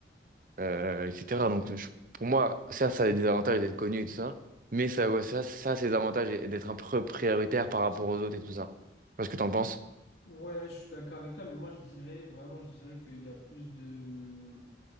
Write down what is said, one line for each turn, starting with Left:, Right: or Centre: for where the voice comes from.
Right: euh, etc. Donc, je- pour moi, ça, ça a des avantages d'être connu et tout ça, mais ça, ouais, ça, ça, c'est des avantages et- d'être un peu prioritaire par rapport aux autres et tout ça. Tu vois ce que t'en penses?
Left: Ouais, je suis d'accord avec toi, mais moi je dirais vraiment, je dirais qu'il y a plus de,